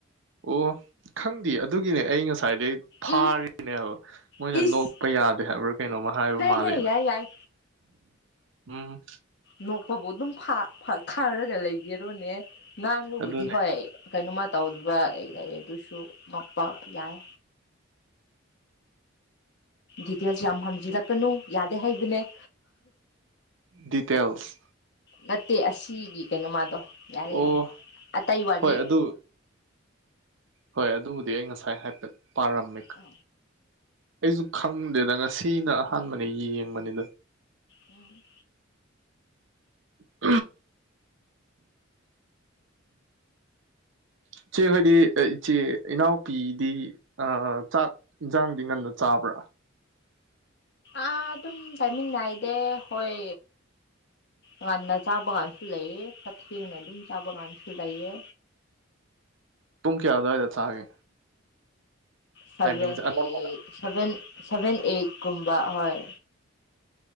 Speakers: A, on the right; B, on the left.
A: ꯑꯣ ꯈꯪꯗꯦ ꯑꯗꯨꯒꯤꯅꯦ ꯑꯩ ꯉꯁꯥꯏꯗꯩꯩ ꯐꯥꯔꯤꯅꯦꯕ
B: ꯎꯝ
A: ꯃꯣꯏꯅ
B: ꯏꯁ
A: ꯅꯣꯛꯄ ꯌꯥꯗꯦ ꯍꯥꯏꯕ꯭ꯔꯥ ꯀꯩꯅꯣꯝꯃ ꯍꯥꯏꯕ
B: ꯍꯦ
A: ꯃꯥꯂꯦꯅ꯫
B: ꯍꯦ ꯌꯥꯏ ꯌꯥꯏ
A: ꯎꯝ꯫
B: ꯅꯣꯛꯄꯕꯨ ꯑꯗꯨꯝ ꯐꯥ ꯐꯥ ꯈꯥꯔꯒ ꯂꯩꯒꯦꯔꯣꯅꯦ ꯉꯥꯡꯕꯕꯨꯗꯤ
A: ꯑꯗꯨꯅꯦ
B: ꯍꯣꯏ꯫ ꯀꯩꯅꯣꯝꯃ ꯇꯧꯔꯤꯕ ꯑꯩ ꯂꯩ ꯑꯗꯨꯁꯨ ꯉꯣꯛꯄ ꯌꯥꯏ ꯗꯤꯇꯦꯜꯁ ꯌꯥꯝ ꯍꯝꯖꯤꯜꯂꯛꯀꯅꯨ ꯌꯥꯗꯦ ꯍꯥꯏꯕꯅꯦ꯫
A: ꯗꯤꯇꯦꯜꯁ
B: ꯅꯠꯇꯦ ꯑꯁꯤꯒꯤ ꯀꯩꯅꯣꯃꯥꯗꯣ ꯌꯥꯔꯦ
A: ꯑꯣ
B: ꯌꯥꯔꯦ ꯑꯇꯩ ꯋꯥꯔꯤ꯫
A: ꯍꯣꯏ ꯑꯗꯨ ꯍꯣꯏ ꯑꯗꯨꯕꯨꯗꯤ ꯑꯩ ꯉꯁꯥꯏ ꯍꯥꯏꯐꯦꯠ ꯄꯥꯔꯝꯃꯦ
B: ꯑ
A: ꯑꯩꯁꯨ ꯈꯪꯗꯦꯗ ꯉꯁꯤꯅ ꯑꯍꯥꯟꯕꯅꯦ ꯌꯦꯡꯕꯅꯦ꯫
B: ꯎꯝ
A: <unintelligible> ꯏꯆꯦ ꯍꯣꯏꯗꯤ ꯑ ꯏꯆꯦ ꯏꯩꯅꯥꯎ꯫ ꯄꯤꯗꯤ ꯑ ꯆꯥꯛ ꯏꯟꯖꯥꯡꯗꯤ ꯉꯟꯅ ꯆꯥꯕ꯭ꯔꯥ꯫
B: ꯑꯥ ꯑꯗꯨꯝ ꯇꯥꯏꯃꯤꯡ ꯅꯥꯏꯗꯦ ꯍꯣꯏ꯫ ꯉꯗ ꯆꯥꯕ ꯀꯥꯟꯁꯨ ꯂꯩꯑ ꯈꯊꯦꯡꯅ ꯑꯗꯨꯝ ꯆꯥꯕ ꯀꯥꯟꯁꯨ ꯂꯩꯑ
A: ꯄꯨꯡ ꯀꯌꯥ ꯑꯗꯋꯥꯏꯗ ꯆꯥꯒꯦ꯫
B: ꯁꯚꯦꯟ
A: ꯇꯥꯏꯃꯤꯡꯁꯦ ꯑꯅꯝꯕꯅ
B: ꯑꯦꯠ ꯁꯚꯦꯟ ꯁꯚꯦꯟ ꯑꯩꯠꯀꯨꯝꯕ ꯍꯣꯏ꯫